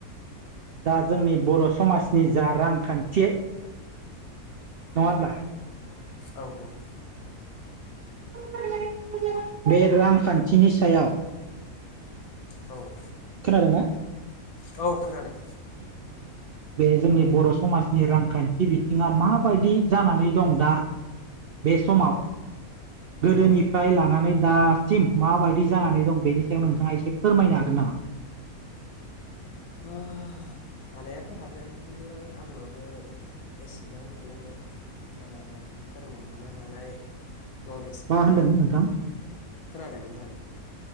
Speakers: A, on the right (about 70°); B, on the left (about 75°).
A: दा जोंनि बर' समाजनि जा रांखान्थि नङा
B: औ
A: होमब्ला <inaudible>
B: औ नंगौ
A: <inaudible> बे रांखान्थिनि सायाव
B: औ
A: खोनादोंना?
B: औ खोनादों
A: <inaudible> बे जोंनि बर' समाजनि रांखान्थि बिथिङा माबायदि जानानै दं दा बे समाव गोदोनिफ्राय
B: औ
A: लानानै दासिम माबायदि जानानै दं बेनि सायाव नोंथाङा एसे फोरमायनो हागोन नामा?
B: आह हानायाथ' हागोन खिन्थु आंनावबो एसेबां माने ओ फोरमायहनो हानाय नलेज
A: मा
B: गैया,
A: होनदों नोंथां
B: खोनादों नोंथां?